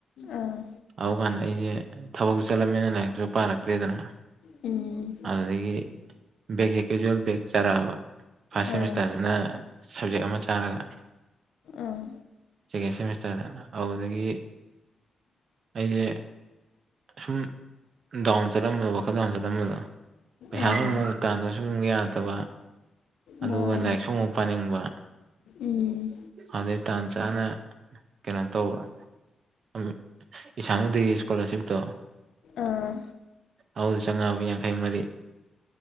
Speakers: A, on the left; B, on the right.
A: ꯑꯥ
B: ꯑꯗꯨꯀꯥꯟꯗ ꯑꯩꯁꯦ ꯊꯕꯛꯁꯨ ꯆꯠꯂꯝꯅꯤꯅ ꯂꯥꯏꯔꯤꯛꯇꯁꯨ ꯄꯥꯔꯛꯇ꯭ꯔꯦꯗꯅ
A: ꯎꯝ
B: ꯑꯗꯨꯗꯒꯤ ꯕꯒꯦ <inaudible> ꯀꯦꯖꯨꯋꯦꯜ ꯕꯦꯛ ꯆꯔꯥꯕ ꯐꯥꯔꯁ ꯁꯦꯃꯤꯁꯇꯔꯗꯨꯅ
A: ꯑꯥ
B: ꯁꯕꯖꯦꯛ ꯑꯃ ꯆꯥꯔꯒ
A: ꯑꯥ
B: ꯁꯦꯀꯦꯟ ꯁꯦꯃꯤꯁꯇꯔꯗ ꯑꯗꯨꯗꯒꯤ ꯑꯩꯁꯦ ꯁꯨꯝ ꯗꯥꯎꯟ ꯆꯠꯂꯝꯕꯗꯣ ꯋꯥꯈꯜ ꯗꯥꯟ ꯆꯠꯂꯝꯕꯗꯣ ꯄꯩꯁꯥꯁꯨ
A: ꯑꯥ
B: ꯑꯃꯨꯛ ꯇꯥꯟꯗꯕꯁꯨ ꯑꯃꯨꯛ ꯌꯥꯗꯕ ꯑꯗꯨꯒ
A: ꯃꯥꯅꯦ
B: ꯂꯥꯏꯔꯤꯛ ꯁꯨ ꯑꯃꯨꯛ ꯄꯥꯅꯤꯡꯕ
A: ꯎꯝ
B: ꯑꯗꯩ ꯇꯥꯟ ꯆꯥꯅ ꯀꯩꯅꯣ ꯇꯧꯕ ꯝ <inaudible> ꯏꯁꯥꯅꯗꯤ ꯏꯁꯀꯣꯂꯥꯔꯁꯤꯞꯇꯣ
A: ꯑꯥ
B: ꯑꯗꯨ ꯆꯪꯉꯕ ꯌꯥꯡꯈꯩ ꯃꯔꯤ